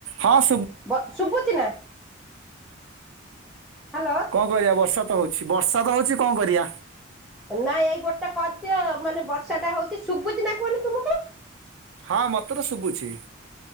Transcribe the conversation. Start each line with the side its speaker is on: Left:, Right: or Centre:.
Right: ହଁ ସୁବୁ
Centre: ବ ସୁବୁଛିି ନା ହ୍ୟାଲୋ
Right: କଣ କରିବା ବର୍ଷା ତ ହଉଛି ବର୍ଷା ତ ହଉଛି କଣ କରିବା।
Centre: ନାଇଁ ଏଇ ଗୋଟେ କରିଦିଅ ମାନେ ବର୍ଷା ଟା ହୋଉଛି ଶୁଭୁଛିି ନା କୁହନି ତୁମକୁ?
Right: ହଁ ମତେ ତ ଶୁଭୁଛି।